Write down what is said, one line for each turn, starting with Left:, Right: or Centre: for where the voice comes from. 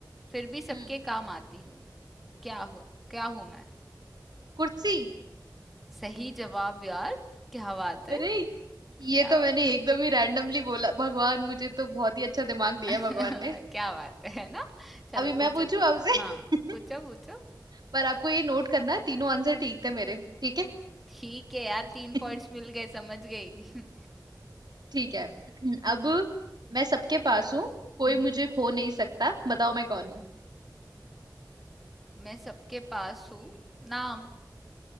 Centre: फिर भी सबके
Right: हम्म
Centre: काम आती हूँ क्या हूँ क्या हूँ मैं
Right: कुर्सी
Centre: सही जवाब यार क्या बात है
Right: अरे ये
Centre: क्या
Right: तो
Centre: बात
Right: मैंने
Centre: है
Right: एकदम ही रैंडमली बोला भगवान मुझे तो बहुत ही अच्छा दिमाग दिया
Centre: <laughs>
Right: है भगवान ने
Centre: क्या बात है है ना? चलो
Right: अभी
Centre: पूछो
Right: मैं पूछू
Centre: तुम
Right: आपसे
Centre: हाँ
Right: <laughs>
Centre: पूछो पूछो
Right: पर आपको ये नोट करना है तीनों आंसर ठीक थे मेरे ठीक है
Centre: ठीक है यार तीन
Right: <laughs>
Centre: पॉइंट्स मिल गए समझ गई <laughs>
Right: ठीक है <clears throat> अब मैं सबके पास हूँ कोई
Centre: हम्म,
Right: मुझे खो नहीं सकता बताओ मैं कौन हूँ
Centre: मैं सबके पास हूँ नाम